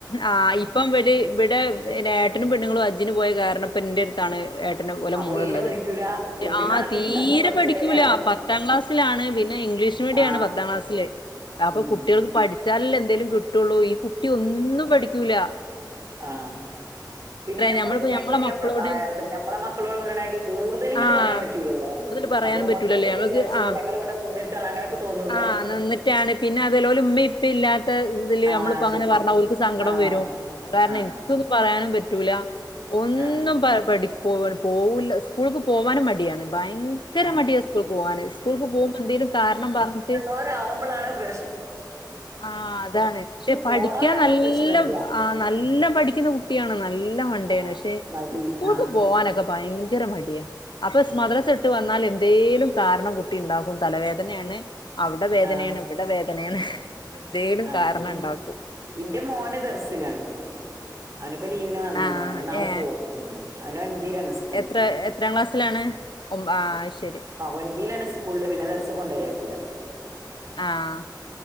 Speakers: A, on the left (about 80°); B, on the right (about 40°).
A: ആഹ്. ഇപ്പം ഇവര് ഇവിടെ പിന്നെ ഏട്ടനും പെണ്ണുങ്ങളും ഹജ്ജിന് പോയ കാരണം ഇപ്പ ന്റെ ടുത്താണ് ഏട്ടന്റെ ഓലെ
B: അപ്പൊ
A: മോളുള്ളത്.
B: തീരെ പഠിക്കൂല ഇമ്മയും
A: ആഹ്
B: മാപ്പിയും
A: തീരെ
B: ഉണ്ടാകുമ്പോ കുറച്ചൊരു
A: പഠിക്കൂല.
B: ആ
A: പ പത്താംക്ലാസ്സിലാണ്. പിന്നെ ഇംഗ്ലീഷ് മീഡിയാണ്
B: ആ
A: പത്താം ക്ലാസ്സില്. അപ്പോ
B: ഉം
A: കുട്ടികൾക്ക് പഠിച്ചാലല്ലേ എന്തേലും കിട്ടുള്ളൂ. ഈ കുട്ടി ഒന്നും പഠിക്കൂല്ല.
B: ആഹ്. പിന്നെ ഞമ്മള്
A: ഞമ്മളിപ്പോ
B: <unintelligible>
A: ഞമ്മളെ മക്കളോട്
B: ഞമ്മള് ഏഹ് ഞമ്മളെ മക്കളോട് പറയണ മാതിരി കൂടുതല് ഇങ്ങട്ട്
A: ആഹ്
B: പറയാൻ പറ്റൂല്ലല്ലോ.
A: കൂടുതൽ പറയാനും
B: അപ്പോ
A: പറ്റൂലല്ലേ
B: മക്കൾക്കും
A: ഞമ്മക്ക്
B: വിചാരിച്ചൂടേ
A: ആഹ്
B: ഞങ്ങൾ ഇവടെ നിന്നിട്ടാണ് തോന്നൂലേ
A: ആഹ് നിന്നിട്ടാണ്. പിന്നെ അതല്ലോല ഇമ്മിം ഇപ്പ ഇല്ലാ ത്ത ഇതില്
B: ആ
A: നമ്മളിപ്പോ അങ്ങനെ
B: ശരിയാണ്
A: പറഞ്ഞാ ഓരുക്ക് സങ്കടം
B: ആ
A: വരും.
B: അതെ.
A: അത് കാരണം
B: ആ
A: എനിക്കൊന്നും പറയാനും പറ്റൂല്ല. ഒന്നും
B: ആ
A: പ പഠിക്കു, പോ പോവൂല്ല. സ്കൂൾക്ക് പോവാനും മടിയാണ് ഭയങ്ക ഭയങ്കര
B: ആ
A: മടിയ സ്കൂളുക്ക്‌ പോകാന് സ്കൂൾക്ക് പോകുമ്പോ എന്തെങ്കിലും കാരണം പറഞ്ഞിട്ട്
B: അവരാകുമ്പോളാണ് പ്ര
A: ആഹ് അതാണ് പക്ഷേ പഠിക്കാൻ
B: പോണവരാകുമ്പോ
A: നല്ല
B: പ്രശ്നമില്ല
A: ആ നല്ല പഠിക്കുന്ന കു ട്ടിയാണ് നല്ല മണ്ടയാണ്
B: ആ
A: പക്ഷേ
B: മടി
A: സ്കൂൾക്ക്
B: ആ
A: പോവാനൊക്കെ ഭയങ്കര മടിയാ അപ്പോ
B: ഉം.
A: മദ്രസ വിട്ട് വന്നാൽ എന്തേലും കാരണം കുട്ടി ഉണ്ടാക്കും തലവേദനയാണ് അവിടെ വേദനയാണ്
B: ആ
A: ഇവിടെ വേദനയാണ് എന്തേലും
B: ആഹ്
A: കാരണം
B: എ
A: ഉണ്ടാക്കും
B: എന്റെ മോന് ദെർസിലാണ് അവനിപ്പോ ലീവിന് വന്നതാ
A: ആഹ്
B: അവന് നാളെ
A: ഏഹ്
B: പോകും ഉം ഓന് <unintelligible>
A: എത്ര എത്രാം എത്രാം ക്ലാസ്സിലാണ് ഒമ്പ ആ അയ് ശരി
B: ഒൻമ്പയിലണ് സ്കൂളില് പിന്നെ മദ്രസയിൽ കൊണ്ടോയി ആക്കിയതാ
A: ആഹ്